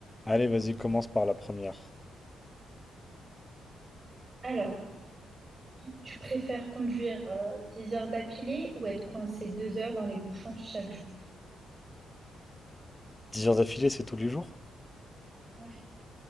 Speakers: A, on the left; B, on the right.
A: Allez, vas-y, commence par la première.
B: Alors, tu préfères conduire euh, 10 heures d'affilée ou être coincé 2 heures dans les bouchons chaque jour?
A: Dix heures d'affilée, c'est tous les jours?
B: Ouais,